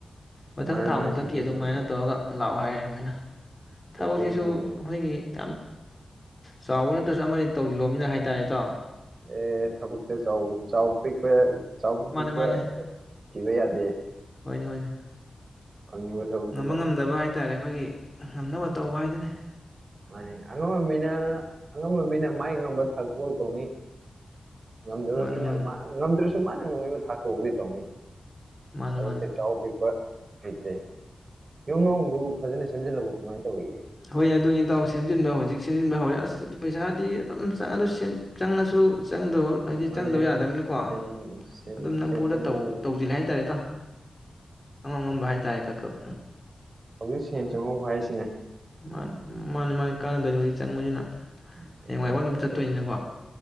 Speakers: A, on the left; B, on the right.
A: ꯃꯊꯪ
B: ꯃꯥꯅꯦ
A: ꯊꯥ
B: ꯃꯥꯅꯦ
A: ꯃꯨꯛꯊꯛꯀꯤ
B: ꯁꯨꯇꯤꯁꯨ
A: ꯑꯗꯨꯃꯥꯏꯅ ꯇꯧꯔꯒ ꯂꯥꯛꯑꯣ ꯍꯥꯏꯌꯦꯦ ꯑꯗꯨꯃꯥꯏꯅ ꯊꯕꯁꯤꯁꯨ
B: ꯌꯨꯝ ꯅꯨꯡ
A: ꯑꯩꯈꯣꯏꯒꯤ ꯌꯥꯝ ꯆꯥꯎꯕ ꯅꯠꯇ꯭ꯔꯁꯨ ꯑꯃꯗꯤ ꯇꯧꯁꯤꯜꯂꯣꯅꯤꯅ ꯍꯥꯏ ꯇꯔꯦꯗꯣ
B: ꯑꯦ ꯊꯕꯛꯇꯕ ꯆꯥꯎꯕ ꯄꯤꯄ ꯆꯥꯎꯕ
A: ꯃꯥꯅꯦ
B: ꯄꯤꯛꯄ
A: ꯃꯥꯅꯦ
B: ꯊꯤꯕ ꯌꯥꯗꯦ
A: ꯍꯣꯏꯅꯦ ꯍꯣꯏꯅꯦ
B: ꯐꯪꯉꯤꯕ ꯊꯕꯛꯇꯨꯗ
A: ꯉꯝꯕ ꯉꯝꯗꯕ ꯍꯥꯏꯇꯥꯔꯦ ꯑꯩꯈꯣꯏꯒꯤ ꯉꯝꯅꯕ ꯇꯧꯕ ꯍꯥꯏꯗꯨꯅ
B: ꯃꯥꯅꯤ ꯑꯉꯝꯕ ꯃꯤꯅ ꯑꯉꯝꯕ ꯃꯤꯅ ꯃꯥꯏ ꯉꯝꯕ ꯊꯥꯛꯄ ꯇꯧꯅꯤ ꯉꯝꯗꯕ
A: ꯃꯥꯅꯤ
B: ꯃꯤꯅ
A: ꯃꯥꯅꯤ
B: ꯃꯥ ꯉꯝꯗ꯭ꯔꯁꯨ ꯃꯥꯅ ꯉꯝꯃꯛꯏꯕ ꯊꯥꯛꯇꯕꯨꯗꯤ ꯇꯧꯅꯤ
A: ꯃꯥꯅꯤ
B: ꯇꯕꯛꯇ
A: ꯃꯥꯅꯤ
B: ꯆ ꯄꯤ ꯄ ꯂꯩꯩꯇꯦ ꯌꯨꯝ ꯃꯅꯨꯡꯗꯨꯕꯨ ꯐꯖꯅ ꯁꯦꯝꯖꯤꯜꯂꯕ ꯀꯃꯥꯏꯅ ꯇꯧꯔꯤꯒꯦ
A: ꯍꯣꯏ ꯑꯗꯨꯏ ꯇꯥꯎ ꯁꯦꯝꯖꯤꯟꯕ ꯍꯧꯖꯤꯛ ꯁꯦꯝꯖꯤꯟꯕ ꯍꯧꯔꯦ ꯑꯁ ꯄꯩꯁꯥꯗꯤ ꯑꯗꯨꯝ ꯆꯪꯉ ꯆꯪꯉꯁꯨ ꯆꯪꯗꯣ ꯍꯥꯏꯗꯤ
B: ꯃꯥꯅꯦ
A: ꯆꯪꯗꯕ ꯌꯥꯗꯕꯅꯤꯅꯀꯣ
B: ꯁꯦꯟ ꯁꯦꯟ
A: ꯑꯗꯨꯝ ꯅꯝꯐꯨꯗ
B: ꯁꯦꯟ ꯆꯪꯉꯁꯨ
A: ꯇꯧꯁꯤꯜꯂꯦ ꯍꯥꯏꯇꯥꯔꯦ ꯏꯇꯥꯎ ꯑꯉꯝ ꯑꯉꯝꯕ ꯍꯥꯏꯇꯥꯔꯦ ꯀꯛꯀꯛ
B: ꯍꯧꯖꯤꯛ ꯁꯦꯟ ꯆꯪꯍꯧ ꯍꯥꯏꯁꯦ
A: ꯃꯥ ꯃꯥꯅꯤ ꯃꯥꯅꯤ ꯀꯥꯟꯗꯣꯏꯅꯤ ꯆꯪꯕꯁꯤꯅ
B: ꯑꯗꯨꯃꯥꯏꯅ
A: ꯍꯌꯦꯡꯆꯥꯏ
B: ꯇꯧꯋꯦ
A: <unintelligible> ꯆꯠꯇꯣꯏꯅꯤꯅꯀꯣ